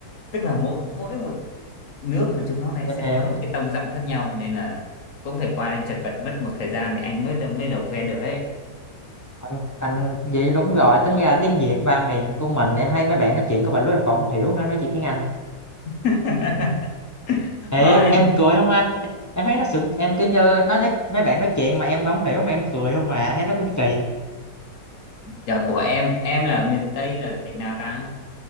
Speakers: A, on the left; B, on the left.
A: tức là mỗi mỗi một nước mà chúng nó lại
B: em
A: sẽ nói
B: hiểu
A: một cái tông giọng khác nhau nên là cũng phải qua đây chật vật mất một thời gian thì anh mới đầu- mới đầu quen được ấy
B: anh, anh vậy đúng rồi tính ra tiếng Việt ba miền của mình em thấy mấy bạn nói chuyện có vài lúc em còn không hiểu nó nói chuyện tiếng Anh
A: <laughs>
B: Thiệt,
A: đó nên-
B: em cười không anh em thấy nó sững em kiểu như nó nói mấy bạn nói chuyện mà em không hiểu mà em cười không mà thấy nó cũng kỳ
A: Trời, ủa em em là ở miền Tây là tỉnh nào ta